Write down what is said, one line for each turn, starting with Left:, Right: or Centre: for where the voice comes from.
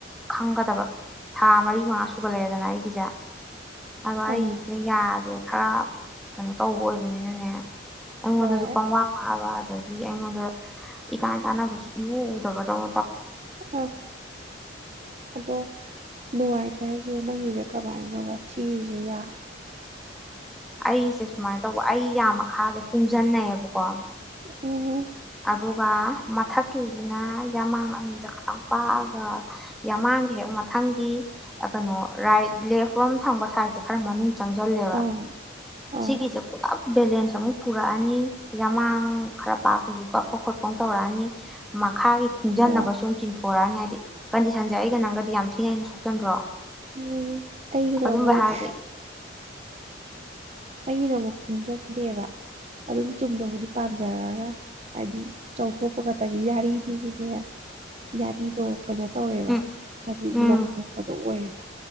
Centre: ꯈꯪꯒꯗꯕ ꯊꯥ ꯃꯔꯤ ꯃꯉꯥ ꯁꯨꯖꯜꯂꯛꯑꯦꯗꯅ ꯑꯩꯒꯤꯁꯦ ꯑꯗꯣ ꯑꯩꯁꯤꯗꯤ
Right: ꯑꯥ
Centre: ꯌꯥꯁꯦ ꯈꯔ ꯀꯩꯅꯣ ꯇꯧꯕ ꯑꯣꯏꯕꯅꯤꯅꯅꯦ ꯑꯩꯉꯣꯟꯗꯁꯨ
Right: ꯍꯣꯏ
Centre: ꯄꯪꯋꯥ ꯋꯥꯕ ꯑꯗꯒꯤ ꯑꯩꯉꯣꯟꯗ ꯏꯀꯥꯟ ꯀꯥꯟꯅꯕꯁꯨ ꯏꯎ ꯎꯗꯕꯗꯧ
Right: ꯎꯝ ꯑꯗꯣ ꯅꯨꯡꯉꯥꯏꯇꯦ ꯍꯥꯏꯁꯦ ꯅꯪꯒꯤꯁꯦ ꯀꯃꯥꯏꯅꯣꯕ ꯊꯤꯔꯤꯁꯦ ꯌꯥ
Centre: ꯑꯩꯁꯦ ꯁꯨꯃꯥꯏꯅ ꯇꯧꯕ ꯑꯩ ꯌꯥꯝ ꯃꯈꯥꯥꯁꯦ ꯀꯨꯡꯁꯤꯟꯅꯩꯌꯦꯕꯀꯣ
Right: ꯎꯝ
Centre: ꯑꯗꯨꯒ ꯃꯊꯛꯀꯤꯁꯤꯅ ꯌꯥꯃꯥꯡ ꯑꯅꯤꯁꯦ ꯈꯇꯪ ꯄꯥꯛꯑꯒ ꯌꯥꯃꯥꯡꯒꯤ ꯍꯦꯛ ꯃꯊꯪꯒꯤ ꯀꯩꯅꯣ ꯔꯥꯏꯠ ꯂꯦꯐ ꯔꯣꯝ ꯊꯪꯕ ꯁꯥꯏꯠꯁꯦ ꯈꯔ ꯃꯅꯨꯡꯗ ꯆꯪꯁꯤꯜꯂꯦꯕ
Right: ꯑꯥ ꯑꯥ
Centre: ꯁꯤꯒꯤꯁꯦ ꯄꯨꯂꯞ ꯕꯦꯂꯦꯟꯁ ꯑꯃꯨꯛ ꯄꯨꯔꯛꯑꯅꯤ ꯌꯥꯃꯥꯡ ꯈꯔ ꯄꯥꯛꯄꯁꯨ ꯀꯛꯄ ꯈꯣꯠꯄ ꯇꯧꯔꯛꯑꯅꯤ ꯃꯈꯥꯒꯤ ꯀꯨꯡꯖꯟꯅꯕ
Right: ꯍꯣꯏ
Centre: ꯈꯣꯡꯖꯟꯅꯕꯁꯦ ꯆꯤꯟꯊꯣꯛ ꯄꯣꯔꯛꯑꯅꯤ ꯍꯥꯏꯗꯤ ꯀꯟꯗꯤꯁꯟꯁꯦ ꯑꯩꯒ ꯅꯪꯒꯗꯤ ꯌꯥꯝ ꯊꯤꯅ ꯑꯩꯅ ꯁꯣꯛꯆꯟꯗ꯭ꯔꯣ
Right: ꯎꯝ ꯑꯩꯒꯤꯅ
Centre: ꯑꯗꯨꯝꯕ
Right: ꯑꯃꯨꯛ
Centre: ꯍꯥꯏꯔꯗꯤ
Right: ꯑꯩꯒꯤꯅ ꯑꯃꯨꯛ ꯀꯨꯟꯖꯟꯗꯦꯕ ꯑꯗꯨꯝ ꯆꯨꯝꯗꯕꯨꯗꯤ ꯄꯥꯟꯖꯔꯒ ꯍꯥꯏꯗꯤ ꯆꯥꯎꯊꯣꯛꯄꯒ ꯑꯗꯒꯤ ꯌꯥꯔꯤꯗꯨꯁꯨꯅꯦ ꯌꯥꯔꯤꯗꯣ ꯀꯩꯅꯣ ꯇꯧꯔꯦꯕ
Centre: ꯎꯝ
Right: ꯍꯥꯏꯗꯤ
Centre: ꯎꯝ
Right: ꯂꯣꯟꯊꯣꯛꯄꯗꯣ ꯑꯣꯏꯌꯦꯕ